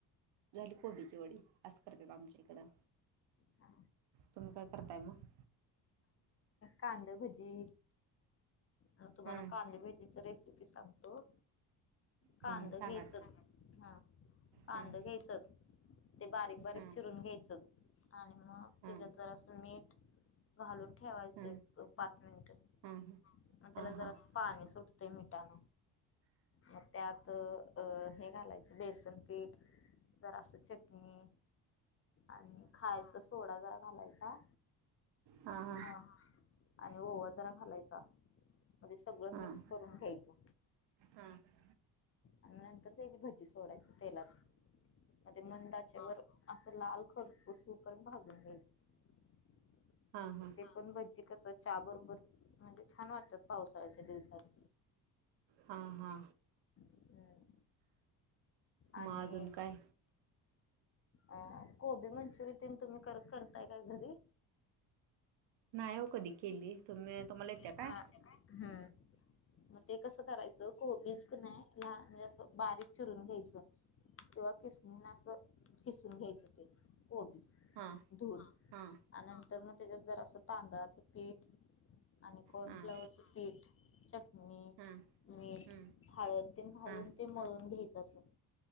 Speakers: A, on the right; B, on the left.
A: झाली कोबीची वडी असं करत्यात आमच्या इकडं
B: हा.
A: तुम्ही काय करताय मग
B: कांदाभजी म तुम्हाला
A: हां
B: कांदभेजीच रेसिपी सांगतो कांद
A: हं,
B: घ्यायचं
A: सांगा
B: ह कांद
A: हां
B: घ्यायचं ते बारीक बारीक
A: हां
B: चिरून घ्यायचं आणि मग
A: हां
B: त्याच्यात जरासं मीठ घालून ठेवायचं
A: हां
B: पाच मिनिटं
A: हां
B: मग त्याला
A: हां हां
B: जरा
A: हां
B: पाणी सुटतं ते मिटान मग त्यात अ हे घालायचं बेसनपीठ जरासं चटणी आणि खायचा सोडा जरा घालायचा
A: हां हां हां हां
B: हा आणि ओवा जरा घालायचा म्हणजे सगळं
A: हां
B: मिक्स करून घ्यायचं
A: हां हां
B: आणि नंतर त्याची भज्जी सोडायची तेलात म ते मंद आचेवर असं लाल खरपुसू होईपर्यंत भाजून घ्यायचं
A: हां हां
B: ते पण भज्जी कसं चहा बरोबर, म्हणजे छान वाटतात पावसाळ्याच्या दिवसात
A: हा हा
B: हम्म. आणि
A: मग अजून काय
B: अ कोबी मंचुरि तेन तुम्ही करताय काय घरी
A: नाही हो कधी केली तुम्ही तुम्हाला येतं
B: हा
A: काय
B: हम्म मग ते कसं करायचं कोबीज कने लहान म्हणजे असं बारीक चिरून घ्यायचं किंवा किसणीन असं किसून घ्यायचं ते कोबीज
A: हां
B: धुवून
A: हां
B: आणि नंतर मग त्याच्यात जरासं असं तांदळाच पीठ आणि कॉर्न
A: हां
B: फ्लेवरच पीठ चटणी
A: हां
B: मीठ
A: हं
B: हळद घालून
A: हां
B: ते मळून घ्यायचं अस